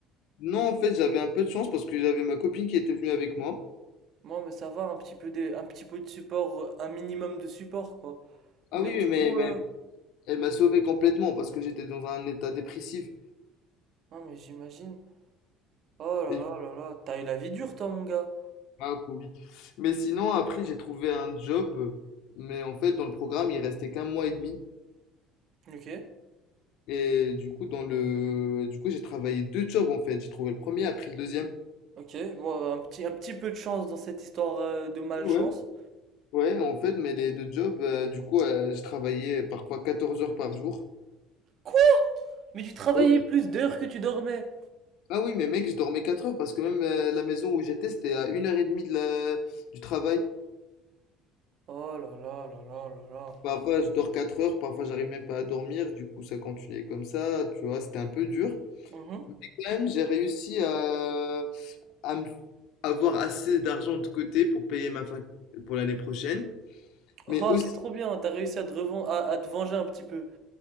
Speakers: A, on the left; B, on the right.
A: Non, en fait, j'avais un peu de chance parce que j'avais ma copine qui était venue avec moi.
B: Moi, mais ça va, un petit peu de, un petit peu de support, euh, un minimum de support, quoi.
A: Ah
B: Mais
A: oui,
B: du
A: oui, mais,
B: coup,
A: mais
B: euh,
A: elle m'a sauvé complètement parce que j'étais dans un état dépressif.
B: non, mais j'imagine. Oh là
A: Et
B: là
A: du-
B: là là, t'as eu la vie dure toi mon gars.
A: ah, Covid. Mais sinon, après, j'ai trouvé un job, mais en fait, dans le programme, il restait qu'un mois et demi.
B: Ok,
A: Et du coup, dans le... du coup, j'ai travaillé deux jobs en fait. J'ai trouvé le premier, après le deuxième.
B: ok, bon un petit, un petit peu de chance dans cette histoire euh, de malchance.
A: Ouais. Ouais, en fait, mais les deux jobs, euh, du coup, euh, je travaillais parfois 14 heures par jour.
B: Quoi? Mais tu travaillais
A: Ok.
B: plus d'heures que tu dormais.
A: Ah oui, mais mec, je dormais 4 heures parce que même euh, la maison où j'étais, c'était à une heure et demie de la... du travail.
B: Oh là là là là là là.
A: Parfois, je dors 4 heures, parfois, j'arrive même pas à dormir. Du coup, ça continuait comme ça, tu vois, c'était un peu dur.
B: Mhm.
A: Mais quand même, j'ai réussi à, à me- avoir assez d'argent de côté pour payer ma fac pour l'année prochaine.
B: Oh,
A: Mais aussi,
B: c'est trop bien, t'as réussi à te reven- à, à te venger un petit peu.